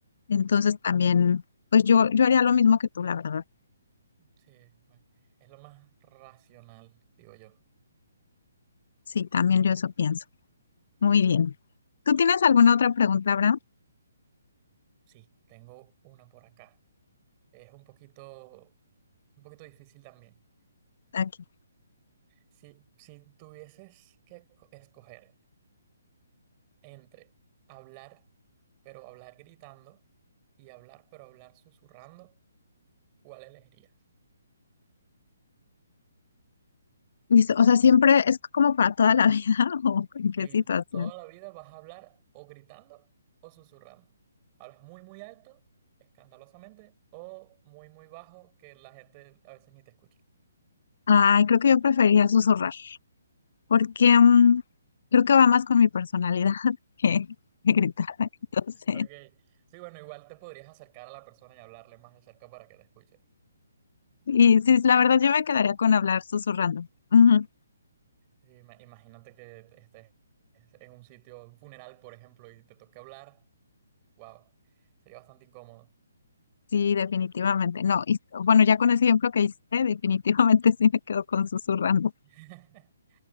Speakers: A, on the left; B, on the right.
A: Entonces también, pues yo, yo haría lo mismo que tú, la verdad.
B: sí, bueno, Es lo más racional, digo yo.
A: Sí, también yo eso pienso. Muy bien. ¿Tú tienes alguna otra pregunta, Abraham?
B: sí. Tengo una por acá. Es un poquito, un poquito difícil también.
A: Aquí.
B: Si, si tuvieses que co- escoger entre hablar, pero hablar gritando, y hablar, pero hablar susurrando, ¿cuál elegirías?
A: Listo. O sea, siempre es como para toda la <laughs> vida o en qué
B: Sí,
A: situación.
B: toda la vida vas a hablar o gritando o susurrando. Hablas muy, muy alto, escandalosamente, o muy, muy bajo, que la gente a veces ni te escucha.
A: Ay, creo que yo preferiría susurrar. porque mm, creo que va más con mi personalidad <laughs> que, que gritar. <laughs> Entonces,
B: Ok, sí, bueno, igual te podrías acercar a la persona y hablarle más de cerca para que te escuche.
A: y sí, la verdad yo me quedaría con hablar susurrando. Ujú,
B: Ima- Imagínate que estés en un sitio, un funeral, por ejemplo, y te toque hablar. Wow, sería bastante incómodo.
A: Sí, definitivamente. No, y bueno, ya con ese ejemplo que hice, definitivamente <laughs> sí me quedo con susurrando.
B: <laughs>